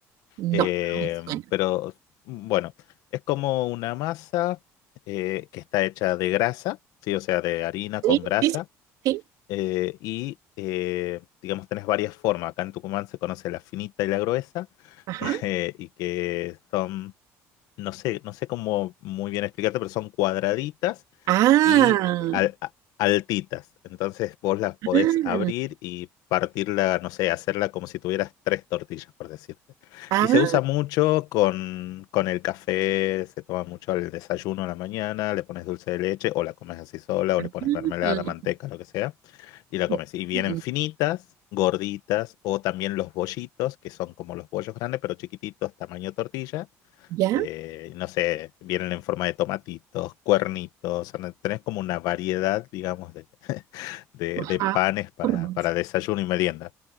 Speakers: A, on the right (about 70°); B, on the left (about 85°).
A: No,
B: eh,
A: no me suena.
B: pero mm, bueno, es como una masa eh, que está hecha de grasa, sí, o sea, de harina
A: Sí,
B: con grasa
A: sí, sí. sí,
B: eh, y eh, digamos, tenés varias formas. Acá en Tucumán se conoce la finita y la gruesa,
A: Ajá.
B: <laughs> eh, y que son, no sé, no sé cómo muy bien explicarte, pero son cuadraditas
A: Ah,
B: y eh, al- a- altitas. Entonces vos las podés
A: ah,
B: abrir y partirla, no sé, hacerla como si tuvieras tres tortillas, por decirte.
A: ah.
B: Y se usa mucho con, con el café, se toma mucho al desayuno a la mañana, le pones dulce de leche o la comes así sola o le pones
A: mm,
B: mermelada, manteca, lo que sea, y la
A: ok.
B: comes. Y vienen finitas. gorditas o también los bollitos, que son como los bollos grandes, pero chiquititos, tamaño tortilla,
A: ¿Ya?
B: eh, no sé, vienen en forma de tomatitos, cuernitos, o sea, tenés como una variedad, digamos, de, <laughs> de,
A: Ajá.
B: de panes para,
A: hormonas.
B: para desayuno y merienda.